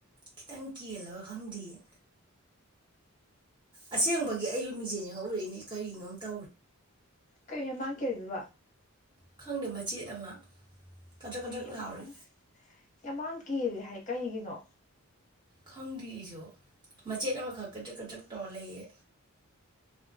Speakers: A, on the right; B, on the left.
A: ꯈꯤꯇꯪ ꯀꯦꯜꯂꯕ ꯈꯪꯗꯤꯌ‌ꯦ ꯑꯁꯦꯡꯕꯒꯤ ꯑꯩꯁꯨ ꯃꯤꯡꯁꯦꯜ ꯌꯦꯡ ꯎꯔꯛꯏꯅꯤ ꯀꯔꯤꯅꯣꯝ ꯇꯧꯔꯦ
B: ꯀꯩ ꯌꯃꯥꯡ ꯀꯦꯜꯂꯤꯗꯨꯕꯣ
A: ꯈꯪꯗꯦ ꯃꯆꯦꯠ ꯑꯃ ꯀꯗ꯭ꯔꯛ
B: ꯀꯩ
A: ꯀꯗ꯭ꯔꯛ
B: ꯌꯥꯃꯥꯡ
A: ꯂꯥꯎꯔꯦ
B: ꯌꯥꯃꯥꯡ ꯀꯦꯜꯂꯤ ꯍꯥꯏ ꯀꯩꯒꯤꯅꯣ
A: ꯈꯪꯗꯦ ꯑꯩꯁꯨ ꯃꯆꯦꯠ ꯑꯃꯈꯛ ꯀꯗꯔꯛ ꯀꯗꯔꯛ ꯇꯧꯔ ꯂꯩꯌꯦ